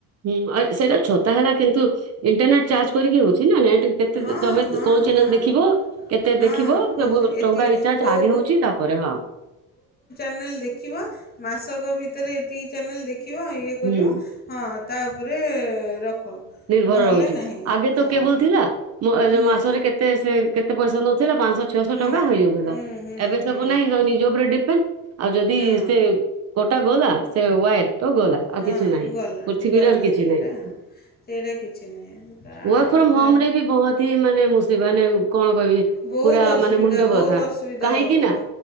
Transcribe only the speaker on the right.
ହୁଁ ସେଇଟା ଛତା ହେଲା କିନ୍ତୁ ଇଣ୍ଟରନେଟ୍ ଚାର୍ଜ କରିକି ହଉଛି ନା ନେଟ୍ କେତେ
ତମେ
କୋଉ ଚ୍ୟାନେଲ
ଦେଖିବ କେତେ
ଦେଖିବ
ସବୁ
ଟଙ୍କା ରିଚାର୍ଜ
ଆଗେ ହଉଛି ତାପରେ ହଁ।
ହୁଁ
ନିର୍ଭର
ରହୁଛି।
ଆଗେ
ତ କେବଲ ଥିଲା
ମାସରେ କେତେ କେତେ ପଇସା ନଉ ପାଞ୍ଚଶହ ଛଅଶହ
ଟଙ୍କା ହେଇଯାଉଥିଲା।
ଏବେ
ସବୁ ନାହିଁ ସ ନିଜ ଉପରେ ଡିପେଣ୍ଡ ଆଉ ଯଦି
ସେ କୋଟା ଗଲା ସେ ୱ ତ ଗଲା
ଆଉ କିଛି ନାହିଁ।
ପୃଥିବୀରେ
କିଛି
ନାହିଁ।
ୱର୍କଫ୍ରମ
ହମରେ ବି ବହୁତ ହି ମାନେ ମୁ ସେମାନେ- କଣ କହିବି
ପୁରା
ମାନେ ମୁଣ୍ଡ
ବଥା।
କାହିଁକି
ନା